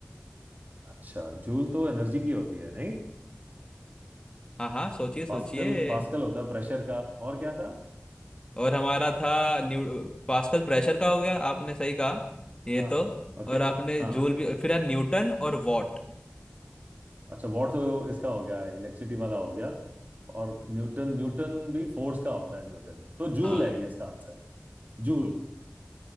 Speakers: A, on the right; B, on the left.
A: अच्छा जूल तो एनर्जी की होती है नहीं
B: हाँ हाँ सोचिए सोचिए
A: पास्कल पास्कल होता है प्रेशर का और क्या था
B: और हमारा था न्यू पास्कल प्रेशर का हो गया आपने सही कहा ये
A: हाँ
B: तो
A: ओके
B: और आपने
A: हाँ
B: जूल भी फिर है न्यूटन और वॉट
A: अच्छा वॉट तो इसका हो गया इलेक्ट्रिसिटी वाला हो गया और न्यूटन न्यूटन भी फोर्स का होता है न्यूटन तो जूल
B: हाँ
A: है ये इसका आंसर जूल